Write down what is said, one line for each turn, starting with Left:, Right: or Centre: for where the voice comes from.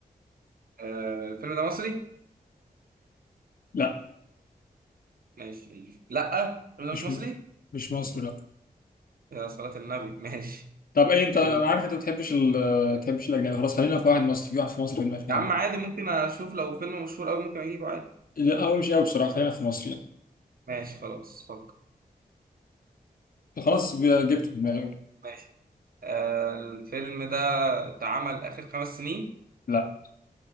Right: آه الفيلم ده مصري
Left: لا
Right: ماشي لا الفيلم ده
Left: مش
Right: مش مصري
Left: م... مش مصر لا
Right: يا صلاة النبي ماشي
Left: طب ايه انت
Right: ال...
Left: انا عارف انت ما بتحبش ال ما بتحبش الاجنبي خلاص خلينا في واحد مصري في واحد في مصر في دماغي
Right: يا
Left: يلا
Right: عم عادي ممكن اشوف لو فيلم مشهور قوي ممكن اجيبه عادي
Left: لا هو مش قوي بصراحة خلينا في مصر يعني
Right: ماشي خلاص فكر
Left: خلاص ب- جبته في دماغي أول.
Right: ماشي آه الفيلم ده اتعمل اخر خمس سنين
Left: لا